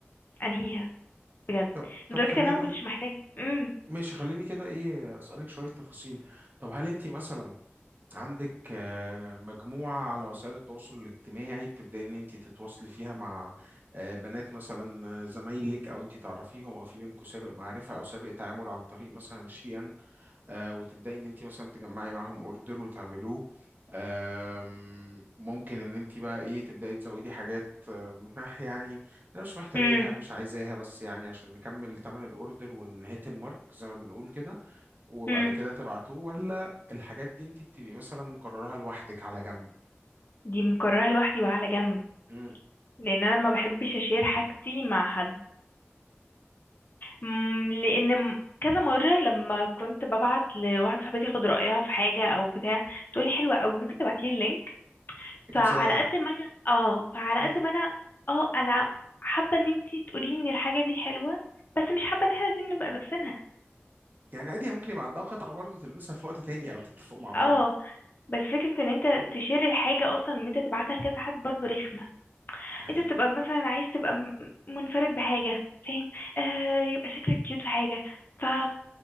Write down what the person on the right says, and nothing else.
طب طب
خليني
ماشي خليني كده ايه اسالك شويه تفاصيل طب هل انت مثلا عندك آه، مجموعه على وسائل التواصل الاجتماعي بتبداي ان انت تتواصلي فيها مع آه، بنات مثلا آه، زمايلك او انت تعرفيهم او في بينكم سابق معرفه او سابق تعامل عن طريق مثلا شيئا آه، وتبداي ان انت مثلا تجمعي معاهم اوردر وتعملوه آم، ممكن ان انت بقى ايه تبداي تزودي حاجات آم، <laughs> يعني انا مش محتاجاها
مش عايزاها بس يعني عشان نكمل ثمن الاوردر ونهيت المارك زي ما بنقول كده وبعد
كده تبعتوه ولا الحاجات دي انت بتبقي مثلا مقررها لوحدك على جنب
امم
اجيب
زيها
امم
يعني عادي ممكن يبقى عندها قطعة برضه تلبسها في وقت تاني او تتفقوا مع بعض
الحقيقة